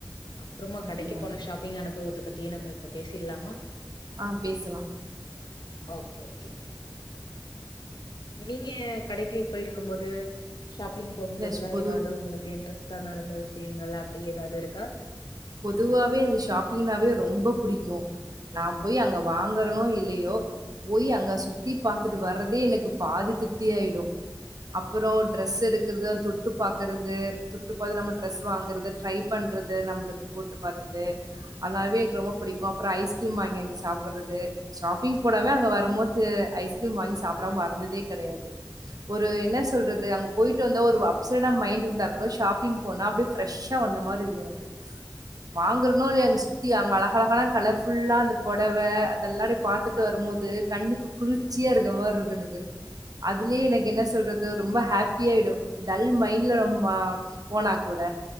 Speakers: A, on the left; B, on the right.
A: அப்புறமா
B: அப்டியா
A: கடைக்கு போன ஷாப்பிங் அனுபவோ இத பத்தி நம்ம இப்ப பேசிடலாமா
B: ஆ பேசலா
A: ஓகே ஓகே நீங்க கடைக்கு போயிருக்கும்போது ஷாப்பிங் போகும்போதுலா
B: இந்த பொது
A: ஏதாவது உளுக்கு இன்ட்ரஸ்ட் சா நடந்த விஷயங்கள் அப்படி ஏதாவது இருக்கா
B: பொதுவாவே எனக்கு ஷாப்பிங்னாவே ரொம்ப புடிக்கு நா போய் அங்க வாங்கறேனோ இல்லையோ போய் அங்க சுத்தி பார்த்துட்டு வர்றதே எனக்கு பாதி திருப்தியாயிடு அப்புறோ ட்ரெஸ் எடுக்கறிறது தொட்டு பார்க்கறது தொட்டு பாத்து நம்ம ட்ரெஸ் வாங்குறது ட்ரை பண்றது நம்மளுக்கு போட்டு பார்த்துட்டு அதனாலே எனக்கு ரொம்ப பிடிக்கு அப்புறோ ஐஸ்கிரீம் வாங்கி எங்கே சாப்பிடுறது ஷாப்பிங் போனாவே அங்க வரும்போது ஐஸ் க்ரீம் வாங்கி சாப்பிடாம வந்ததே கிடையாது ஒரு என்ன சொல்றது அங்க போயிட்டு வந்தா ஒரு அப்சடா மைண்ட் இருந்தா கூடா ஷாப்பிங் போனா அப்படியே ஃப்ரெஷ்ஷா வந்த மாதிரி இது எனக்கு வாங்கறனோ இல்லையோ அங்க சுத்தி அங்க அழக அழகல்லா கலர்ஃபுல்லா அந்த புடவை அதெல்லாடிே பாாரத்துட்டு வரு போது கண்ணுக்கு குளிர்ச்சியா இருக்க மாதிரி இருக்கு எனக்கு அதுலயே எனக்கு என்ன சொல்றது ரொம்ப ஹாப்பியாகிடு டல் மைண்ட்ல நம்ம போனா கூட